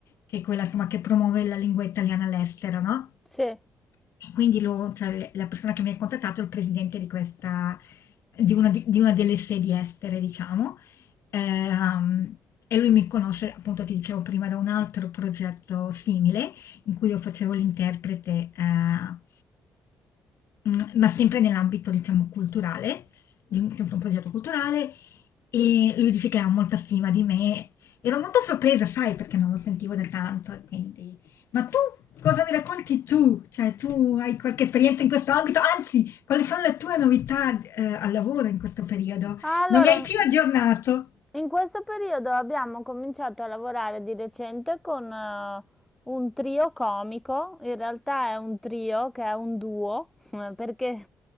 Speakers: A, on the left; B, in the centre.
A: che è quella insomma, che promuove la lingua italiana all'estero, no?
B: Sì,
A: E quindi lo- cioè, la persona che mi ha contattato è il presidente di questa, di una, di- di una delle sedi estere, diciamo, Ehm, e lui mi conosce, appunto ti dicevo prima, da un altro progetto simile in cui io facevo l'interprete, eh, Mm, ma sempre nell'ambito, diciamo, culturale, di un, sempre un progetto culturale, e lui dice che ha molta stima di me, Ero molto sorpresa, sai, perché non lo sentivo da tanto, e quindi... Ma tu cosa mi racconti tu? Cioè, tu hai qualche esperienza in questo ambito? Anzi, quali sono le tue novità, eh, al lavoro in questo periodo?
B: Allora,
A: Non mi hai
B: in,
A: più aggiornato,
B: in questo periodo abbiamo cominciato a lavorare di recente con eh, un trio comico, in realtà è un trio che è un duo, <laughs> eh, perché